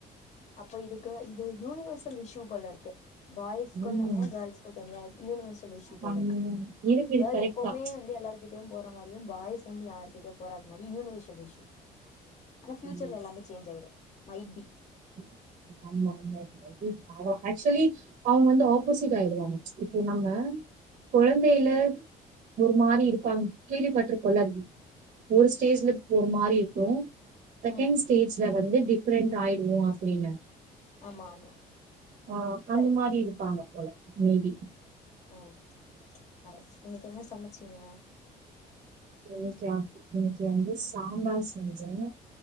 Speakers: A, on the left; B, on the right.
A: அப்போ இதுக்கு இது யூனிவர்சல் இஷ்யூ போல இருக்கு பாய்ஸ்க்கு
B: ஆமா,
A: தனியா கேர்ள்ஸ்கு தனியா யூனிவர்சல் இஷ்யூ
B: பண்ணு.
A: போல இருக்கு
B: இருக்கு இருக்கு
A: கேர்ள்ஸ்
B: கரெக்ட்
A: எப்பவுமே
B: தான்
A: வந்து எல்லாருட்ட போற மாதிரி பாய்ஸ் வந்து யாருக்கிட்டய போறாத மாதிரி யூனிவர்சல் இஷ்யு ஆனா ஃபியூச்சர்ல
B: ஆமா,
A: எல்லாமே சேஞ் ஆயிடும் மைட்பி
B: <unintelligible> ஆக்சுவலி அவங்க வந்து ஆப்போசிட் ஆயிடுவாங்க இப்போ நம்ம குழந்தைல ஒரு மாதிரி இருப்பாங்க கேள்விபட்ருப்போல ஒரு ஸ்டேஜ்ல ஒரு மாதிரி இருக்கும் செகண்ட்
A: ம்
B: ஸ்டேஜ்ல வந்து டிஃபரன்ட் வும் அப்படின்னு
A: ஆமா ஆமா
B: ஆஹ் அந்த
A: கரெக்ட்
B: மாதிரி இருப்பாங்க போல மீதி
A: உம் கரெக்ட் இன்னைக்கு என்ன சமைச்சுங்க
B: இன்னைக்கு இன்னைக்கு வந்து சாம்பார் செஞ்சேன்